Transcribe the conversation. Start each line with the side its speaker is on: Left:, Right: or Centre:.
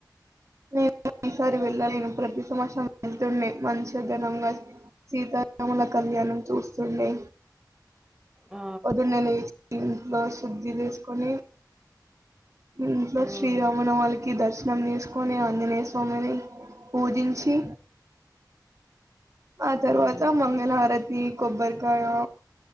Right: నేను ఈసారి వెళ్ళలేను. ప్రతి సంవత్సరం వెళ్తుండే. మంచిగ ఘనంగా సీతారాముల కళ్యాణం చూస్తుండే.
Centre: ఆ
Right: పొద్దున్నే <inaudible> ఇంట్లో శుద్ధి చేసుకొనీ. ఇంట్లో
Centre: ఉమ్
Right: శ్రీ రామనవాళకి దర్ ర్శనం చేసుకొని. అంజనేయ స్వామిని పూజించి ఆ
Centre: ఉమ్
Right: తర్వాతా మంగళహారత్ కీ కొబ్బరికాయా,